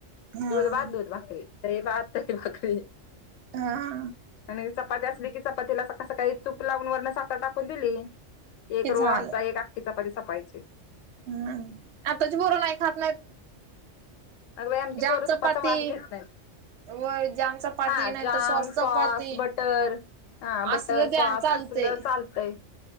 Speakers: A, on the right; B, on the left.
A: हम्म
B: दूध वाात दूध भाकरी तही वाात तही भाकरी.
A: हा
B: आणि चपाती असली की चपातीला सका सकाळी चूप लावून वर्ण साखर टाकून दिली. एक
A: हे झालं
B: रोळ आमचा एक आखीचाप सपायचे.
A: हम्म आताची बरं नाही खात नाहीत.
B: अग बाई आमची
A: जाम
B: पोरं
A: चपाती
B: तुपाचा वास घेत नाहीत.
A: व जाम चपाती
B: हा
A: नाही
B: जाम
A: तर चपाती
B: सॉस बटर. हा
A: असलं
B: बटर
A: द्या
B: सॉस
A: चालते
B: असल चालतंय.